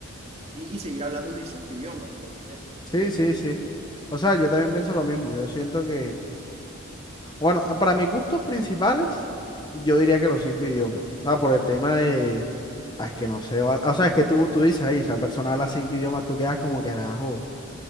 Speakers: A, on the right; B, on the left.
A: Y, y seguir hablando de cinco idiomas, o sea, no sé.
B: Sí,
A: ¿Tú qué piensas?
B: sí, sí. O sea, yo también pienso lo mismo. Yo siento que, bueno, para mis gustos principales, yo diría que los cinco idiomas. O sea, por el tema de... Ah, Es que no sé, va- o sea, es que tú, tú dices, ahí, esa persona habla cinco idiomas, tú quedas como que carajo.